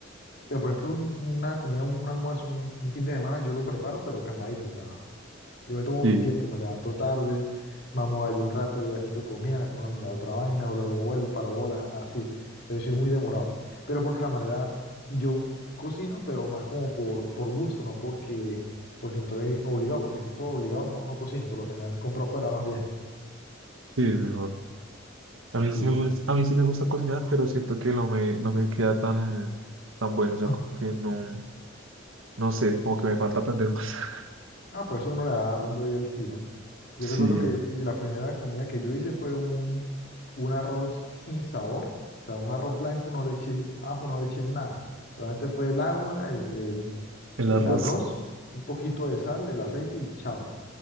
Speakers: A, on the left (about 55°); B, on the right (about 85°).
A: Pero por ejemplo, un- una comida, un almuerzo, un, un fin de semana, yo lo preparo, pero calmadito, o sea, Yo me tomo
B: Sí,
A: mi tiempo, me levanto tarde, mamo ahí un rato, voy haciendo comida, me pongo a mirar otra vaina, o luego vuelvo, paro bolas, así. Yo soy muy demorado. Pero porque la manera, yo cocino, pero más como por, por gusto, no porque, porque me estoy obligado, porque si por obligado no, no cocino, por lo general compro afuera más bien.
B: sí, es mejor. A mí
A: <laughs>
B: sí me gusta, a mí sí me gusta cocinar, pero siento que no me, no me queda tan, tan bueno. O sea,
A: Sí.
B: como que no, no sé, como que me falta aprender más. <laughs>
A: Ah, pues uno le va agarrando ahí el tiro. Yo
B: Sí,
A: recuerdo que la primera comida que yo hice fue un, un arroz sin sabor, o sea, un arroz blanco, no le eché ajo, no le eché nada. Solamente fue el agua, el, el,
B: el
A: el
B: arroz.
A: arroz, un poquito de sal, el aceite y chao.